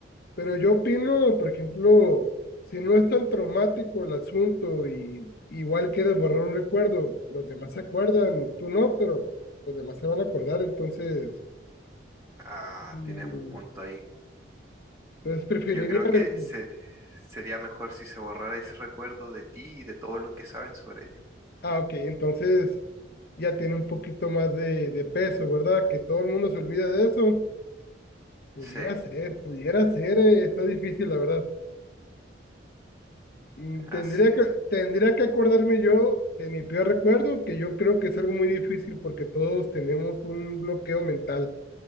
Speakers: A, on the left (about 50°); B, on the right (about 15°).
A: Pero yo opino, por ejemplo, si no es tan traumático el asunto y igual quieres borrar un recuerdo, los demás se acuerdan, tú no, pero los demás se van a acordar, entonces,
B: Ah,
A: mm,
B: tienes un punto ahí.
A: entonces preferiría...
B: Yo creo
A: revivir.
B: que se- sería mejor si se borrara ese recuerdo de ti y de todo lo que saben sobre ello.
A: Ah, ok, entonces ya tiene un poquito más de, de peso, ¿verdad? Que todo el mundo se olvida de eso. Pudiera
B: Sí,
A: ser, pudiera ser, eh, está difícil, la verdad. Mm,
B: así
A: Tendría
B: es.
A: que, tendría que acordarme yo de mi peor recuerdo, que yo creo que es algo muy difícil porque todos tenemos un bloqueo mental